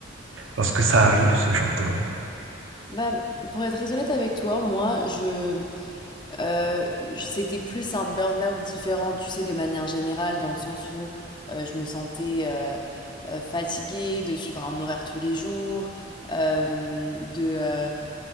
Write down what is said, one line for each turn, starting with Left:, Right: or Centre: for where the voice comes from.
Right: lorsque ça arrive, ce genre de moment?
Left: Bah, pour être très honnête avec toi, moi, je, heu, j c'était plus un burn-out différent, tu sais, de manière générale, dans le sens où, heu, je me sentais, heu heu, fatiguée de suivre un horaire tous les jours, hem, de, euh,